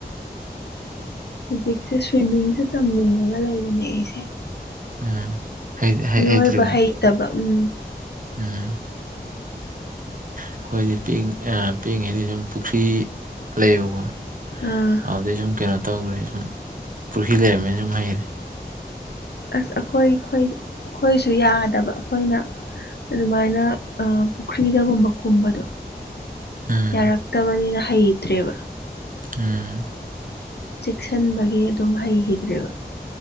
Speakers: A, on the left (about 80°); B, on the right (about 55°).
A: ꯍꯧꯖꯤꯛꯁꯦ ꯁ꯭ꯋꯤꯝꯃꯤꯡꯁꯨ ꯇꯝꯅꯤꯡꯉꯒ ꯂꯩꯕꯅꯦ ꯑꯩꯁꯦ
B: <inaudible> <unintelligible> ꯍꯩꯇ꯭ꯔꯤꯕ
A: ꯏꯔꯣꯏꯕꯥ ꯍꯩꯇꯕꯥ ꯏꯝ
B: ꯎꯝ ꯑꯩꯈꯣꯏꯗꯤ ꯄꯤ ꯑ ꯄꯤꯛꯏꯉꯩꯗꯤ ꯁꯨꯝ ꯄꯨꯈ꯭ꯔꯤ ꯂꯩꯕꯀꯣ
A: ꯑꯥ
B: ꯑꯗꯨꯩ ꯁꯨꯝ ꯀꯩꯅꯣ ꯇꯧꯈ꯭ꯔꯦ ꯁꯨꯝ ꯄꯨꯈ꯭ꯔꯤ ꯂꯩꯔꯝꯃꯦꯅ ꯁꯨꯝ ꯍꯩꯈꯔꯦ
A: ꯑꯁ ꯑꯩꯈꯣꯏ ꯑꯩꯈꯣꯏꯁꯨ ꯌꯥꯗꯕ ꯑꯩꯈꯣꯏꯅ ꯑꯗꯨꯃꯥꯏꯅ ꯄꯨꯈ꯭ꯔꯤꯗꯒꯨꯝꯕ ꯀꯨꯝꯕꯗꯣ
B: ꯎꯝ
A: ꯌꯥꯔꯛꯇꯕꯅꯤꯅ ꯍꯩꯇ꯭ꯔꯦꯕ
B: ꯎꯝ
A: ꯆꯦꯛꯁꯤꯟꯕꯒꯤ ꯑꯗꯨꯝ ꯍꯩꯈꯤꯗ꯭ꯔꯦꯕ